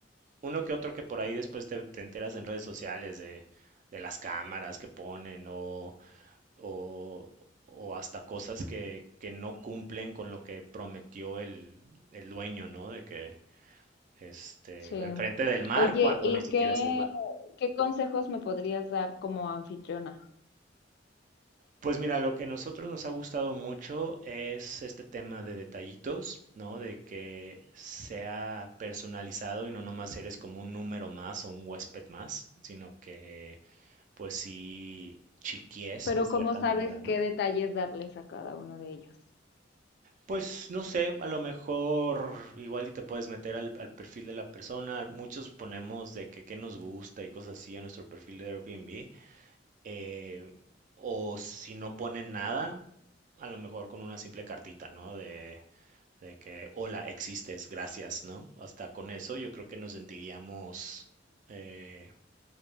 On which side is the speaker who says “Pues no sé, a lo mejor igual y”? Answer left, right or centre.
Right